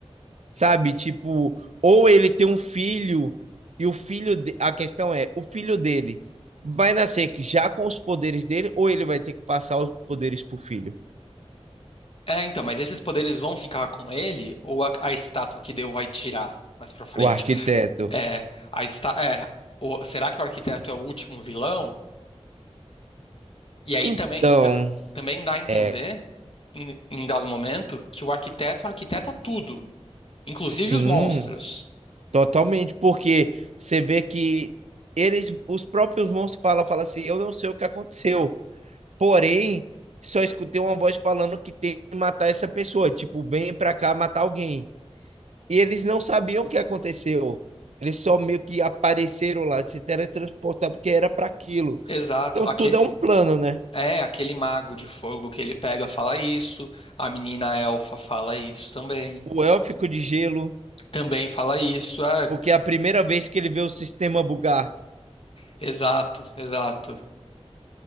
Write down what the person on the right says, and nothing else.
sabe? Tipo, ou ele tem um filho e o filho de... a questão é, o filho dele vai nascer já com os poderes dele ou ele vai ter que passar os poderes pro filho,
o arquiteto.
Então,
é,
sim,
totalmente, porque você vê que eles, os próprios monstros falam, falam assim, eu não sei o que aconteceu, porém, só escutei uma voz falando que tem que matar essa pessoa, tipo, vem pra cá matar alguém. E eles não sabiam o que aconteceu. Eles só meio que apareceram lá, se teletransportaram, porque era para aquilo.
Então
tudo é um plano, né?
O élfico de gelo,
porque é a primeira vez que ele vê o sistema bugar.